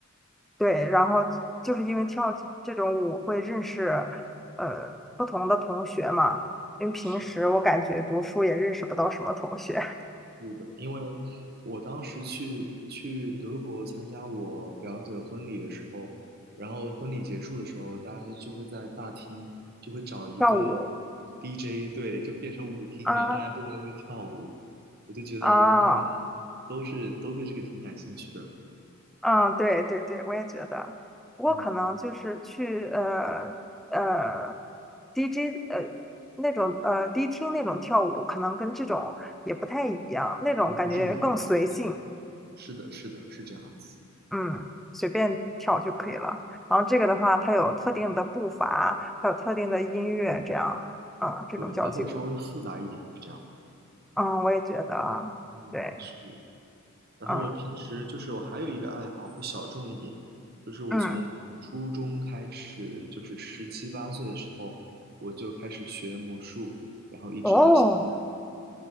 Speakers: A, in the centre; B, on the right.
A: 对，然后就是因为跳这种舞会认识呃不同的同学嘛，因为平时我感觉读书也认识不到什么同学，
B: 是的是的，因为我当时去去德国参加我表姐的婚礼的时候，然后婚礼结束的时候，大家就会在大厅就会找一个
A: <laughs> 跳舞
B: DJ，对，就变成舞厅，
A: 啊
B: 然后大家就在那边跳舞，我就觉得好像大家嗯都是都对这个挺感兴趣的，
A: 啊。嗯，对对对，我也觉得。不过可能就是去呃呃
B: 嗯
A: DJ 呃那种呃迪厅那种跳舞，可能跟这种也不太一样，那种感觉更随性，
B: 嗯，不是很相信，是的，是的，是这样子，
A: 嗯，随便跳就可以了。然后这个的话，它有特定的步伐，还有特定的音乐，这样，嗯，这种交际舞，
B: 对，它会稍微复杂一点，是这样的，
A: 嗯，我也觉得，
B: 嗯，
A: 对，
B: 是。然后我平时就是我还有一个爱好会小众一点，
A: 嗯
B: 就是我从初中开始，
A: 嗯，
B: 就是十七八岁的时候，我就开始学魔术，然后一直到现在。
A: 哦，